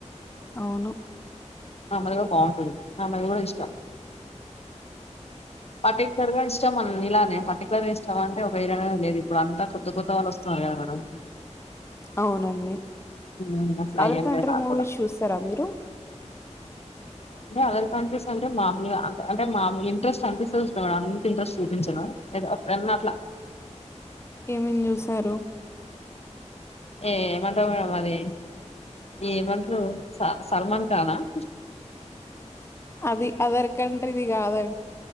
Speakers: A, on the left; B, on the left.
A: అవును.
B: ఆమెది కూడా బాగుంటుంది. ఆమెది కూడ ఇష్టం. పర్టికులర్గా ఇష్టమని నీలానే పర్టికులర్గా ఇష్టం అంటే ఒక వేర్ లేదు ఇప్పుడంతా కొత్త కొత్త వాళ్ళోస్తున్నారు కదా మేడం
A: అవునండి.
B: మ్మ్ అట్లా
A: అదర్
B: ఏం
A: కంట్రీ
B: లేదు నాకు
A: మూవీస్
B: కూడా
A: చూస్తారా మీరు
B: అంటే అదర్ కంట్రీస్ అంటే మామూలుగా అంట్ అంటే మాములు ఇంట్రెస్ట్ అనిపిస్తే చూస్తా మేడం అంత ఇంట్రెస్ట్ చూపించను. ఏదో అప్పుడాన్నట్లా
A: ఏమేం చూసారు
B: ఏమంటాం మేడం అది ఏమంట్రు స సల్మాన్ ఖాన్ అన
A: అది అదర్ కాంట్రిది కద